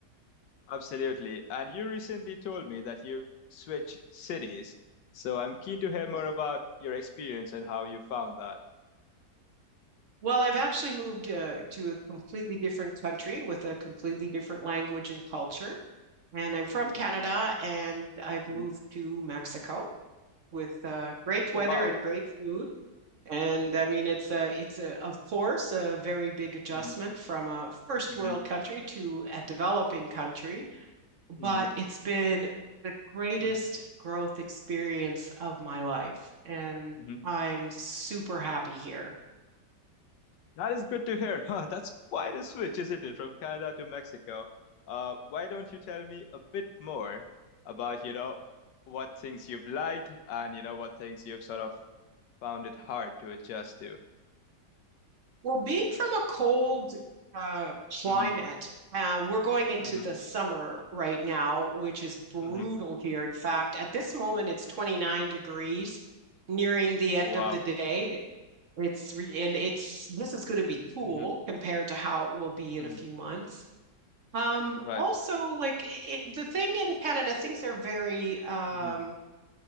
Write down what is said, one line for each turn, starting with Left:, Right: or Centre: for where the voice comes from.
Left: absolutely. And you recently told me that you've switched cities. So, I'm keen to hear
Right: Mhm.
Left: more about your experience and how you found that.
Right: Well, I've actually moved uh, to a completely different country with a completely different language and culture. And I'm from
Left: Mhm,
Right: Canada and I've
Left: mhm.
Right: moved to Mexico with uh, great
Left: Oh,
Right: weather
Left: wow.
Right: and great food. And I mean, it's a, it's a, of course, a very big adjustment
Left: hmm
Right: from a first
Left: hmm
Right: world country to a developing country. but
Left: hmm
Right: it's been the greatest
Left: hmm
Right: growth experience of my life, and
Left: hmm
Right: I'm super happy here.
Left: That is good to hear. <laughs> Huh, that's quite a switch, isn't it, from Canada to Mexico? Uh, why don't you tell me a bit more about, you know, what things you've liked and, you know, what things you've sort of found it hard to adjust to?
Right: Well, being from a cold uh, climate,
Left: Mm-hmm.
Right: uh, we're going into
Left: hmm
Right: the summer right now, which is brutal
Left: hmm
Right: here. In fact, at this moment, it's 29 degrees, nearing the end
Left: Oh wow.
Right: of the day. It's re and it's this is going to be cool
Left: hmm
Right: compared to how it will be in
Left: hmm
Right: a few months. Um,
Left: Right.
Right: also, like it, the thing in Canada, things are very, um,
Left: hmm